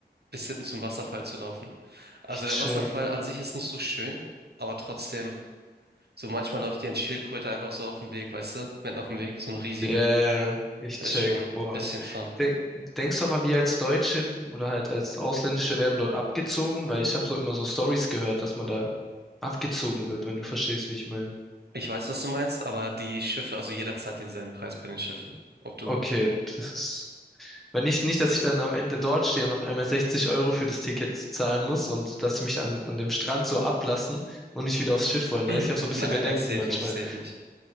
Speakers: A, on the right; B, in the centre.
A: bis hinten zum Wasserfall zu laufen. Also
B: Ich check.
A: der Wasserfall an sich ist nicht so schön, aber trotzdem, so manchmal läuft dir ein Schildkröte einfach so auf dem Weg, weißt du, mitten auf dem Weg, so ein riesiger,
B: Yeah, ich
A: ist
B: check.
A: schon ein
B: Boah.
A: bisschen Fun.
B: De denkst du aber, wir als Deutsche oder halt als Ausländische werden dort abgezogen? Weil ich habe so immer so Stories gehört, dass man da abgezogen wird, wenn du verstehst, wie ich meine.
A: Ich weiß, was du meinst, aber die Schiffe, also jeder zahlt denselben Preis bei den Schiffen. Ob du,
B: Okay, das ist Weil nicht, nicht, dass ich dann am Ende dort stehe und auf einmal 60 Euro für das Ticket zahlen muss und dass sie mich an, an dem Strand so ablassen und nicht wieder aufs Schiff wollen. Da ich
A: <laughs>
B: habe so ein bisschen
A: nein,
B: Bedenken
A: nein, safe
B: manchmal.
A: nicht, safe nicht.